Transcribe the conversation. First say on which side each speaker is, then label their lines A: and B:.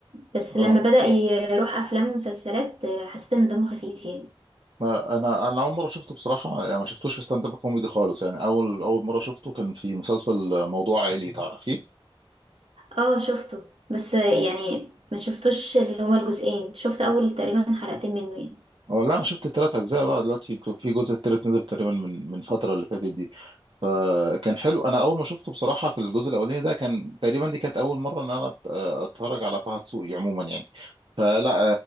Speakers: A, on the right (about 75°); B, on the right (about 60°).
A: بس
B: اه
A: لما بدأ يروح افلام ومسلسلات آه، حسيت ان دمه خفيف يعني
B: ما انا انا اول مره شفته بصراحه يعني ما شفتوش في ستاند اب كوميدي خالص يعني اول اول مره شفته كان في مسلسل موضوع عائلي تعرفيه
A: اه شفته بس يعني ما شفتوش اللي هما الجزئين شفت اول تقريبا حلقتين منه يعني
B: آه، لا انا شفت الثلاث اجزاء بقى دلوقتي في جزء التالت نزل تقريبا من من فتره اللي فاتت دي فكان حلو انا اول ما شفته بصراحه في الجزء الاولاني ده كان تقريبا دي كانت اول مره ان انا أت- اتفرج على طه دسوقي عموما يعني فلا